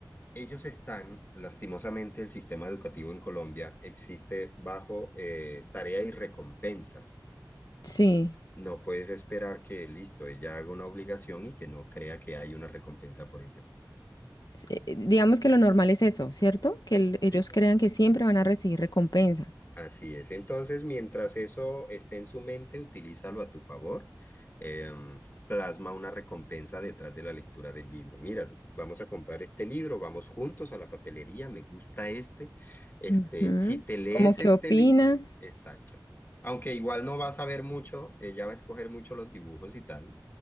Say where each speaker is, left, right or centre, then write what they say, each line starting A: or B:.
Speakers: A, on the left; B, on the left.
A: ellos están, lastimosamente, el sistema educativo en Colombia existe bajo eh, tarea y recompensa.
B: Sí.
A: No puedes esperar que, listo, ella haga una obligación y que no crea que hay una recompensa por ello.
B: eh, eh, digamos que lo normal es eso, ¿cierto? Que el- ellos
A: Sí.
B: crean que siempre van a recibir recompensa.
A: Así es. Entonces, mientras eso esté en su mente, utilízalo a tu favor. Em, plasma una recompensa detrás de la lectura del libro. Mira, vamos a comprar este libro, vamos juntos a la papelería, me gusta este. Este,
B: Ujú.
A: si te lees
B: ¿Cómo qué
A: este
B: opinas?
A: libro, exacto. Aunque igual no vas a ver mucho, ella va a escoger mucho los dibujos y tal,